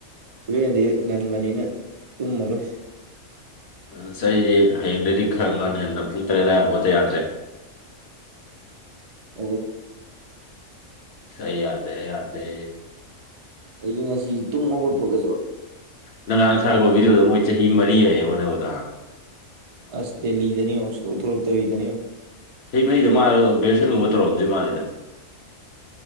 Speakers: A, on the right (about 45°); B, on the left (about 55°).
A: ꯀꯨꯔꯦꯟꯗꯤ ꯉꯟꯕꯅꯤꯅ ꯇꯨꯝꯃꯔꯣꯏ
B: ꯑꯁ ꯑꯩꯗꯤ ꯍꯌꯦꯡꯗꯒꯤꯗꯤ ꯈꯔ ꯉꯟꯅ ꯍꯦꯟꯅ ꯄꯨꯡ ꯇꯔꯦꯠ ꯑꯗꯨꯋꯥꯏ ꯍꯧꯒꯠꯇ ꯌꯥꯗ꯭ꯔꯦ
A: <inaudible>
B: ꯑꯁ ꯑꯩ ꯌꯥꯗ꯭ꯔꯦ ꯑꯩ ꯌꯥꯗ꯭ꯔꯦ
A: ꯑꯩꯁꯦ ꯉꯁꯤ ꯇꯨꯝꯕ ꯍꯣꯠꯄꯒꯁꯨ
B: ꯅꯔꯥꯡ ꯊꯥꯔꯛꯄ ꯕꯤꯗꯤꯑꯣꯗꯣ ꯃꯣꯏ ꯆꯍꯤ ꯃꯔꯤ ꯌꯥꯌꯦ ꯍꯣꯠꯅꯕꯗ
A: ꯑꯁ ꯗꯦꯜꯂꯤꯗꯅꯤ ꯌ‌ꯦꯡꯉ‌ꫭ ꯁꯨꯛꯊꫭꯛꯂꯛꯇꯕꯤꯗꯅ‌ꯦ ꯌ‌ꫭꯡ
B: ꯆꯍꯤ ꯃꯔꯤꯗ ꯃꯥꯖꯨ ꯒ꯭ꯔ‌ꯦꯖ꯭ꯋ‌ꯦꯁꯟꯒꯨꯝꯕ ꯇꯧꯔꯝꯗꯣꯏ ꯃꯥꯜꯂꯤꯗ